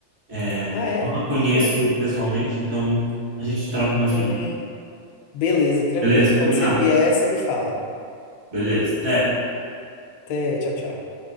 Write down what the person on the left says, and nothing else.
Ah,
é?
Bacana.
Sim.
Beleza, tranquilo.
Quando
você vier, você me fala.
Até, tchau, tchau.